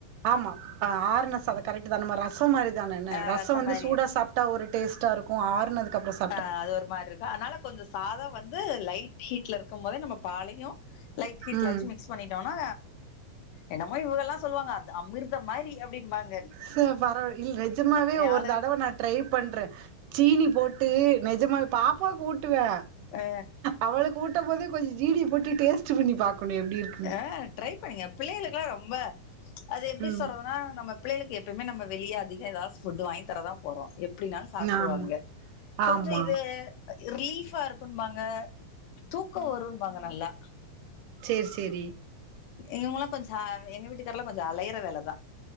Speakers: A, on the right (about 75°); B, on the left (about 70°).
A: ஆமா அ ஆறுன சாதோ கரெக்ட் இது நம்ம ரசோ மாரி தானெனு
B: ஆ
A: ரசோ
B: ரசம்
A: வந்து
B: மாரி
A: சூடா சாப்புட்டா ஒரு டேஸ்டா இருக்குன் ஆறுனதுக்கப்பறோ சாப்
B: ஆ அது ஒரு மாரி இருக்குன் அனால கொஞ்சோ சாதம் வந்து லைட் ஹீட்ல இருக்கு போதே நம்ம பாலையு லைட் ஹீட்ல
A: ம்
B: வச்சு மிக்ஸ் பண்ணிட்டோனா என்னமோ இவுங்கெல்லா சொல்லுவாங்க அது அமிர்த மாரி அப்படின்பாங்க
A: ச பரவா இல் நெஜமாவே ஒரு
B: ஆள
A: தடவ நா ட்ரை பண்றே சீனி போட் ட்டு நெஜமா பாப்பாவுக் ஊட்டுவே
B: ஆ
A: அவளுக் ஊட் ஊட்டம் போது கொஞ்ச ஜீனி போட்டு டேஸ்ட் பண்ணி பாக்கணு எப்டி இருக்
B: ஆ ட்ரை பண்ணுங்க புள்ளைகளுக்கெல்லா ரொம்ப அது எப்டி
A: ம்
B: சொல்றதுன்னா நம்ம புள்ளைகளுக்கு எப்பவுமே நம்ம வெளிய அதிக எதாவது ஃபுட் வாங்கி தரதா போறோ எப்டினாலு சாப்ட்ருவாங்க
A: ஆமா
B: கொஞ்ச
A: ஆமா
B: இது ரிலீஃபா இருக்குன்பாங்க தூக்க வருன்பாங்க நல்லா
A: சேர் செரி
B: இவுங்களா கொஞ்ச எங்க வீட்டுக்காரல்லா கொஞ்ச அலையற வேலதா